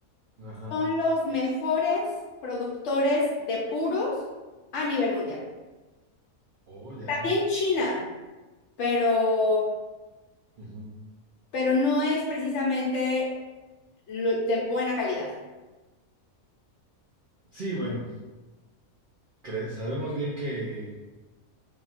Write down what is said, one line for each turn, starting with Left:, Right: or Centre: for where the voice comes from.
Right: ajá.
Left: son los mejores productores de puros a nivel mundial.
Right: Oh, ya.
Left: También China, pero,
Right: ujú.
Left: pero no es precisamente lo- de buena calidad.
Right: Sí, bueno, cre- sabemos bien que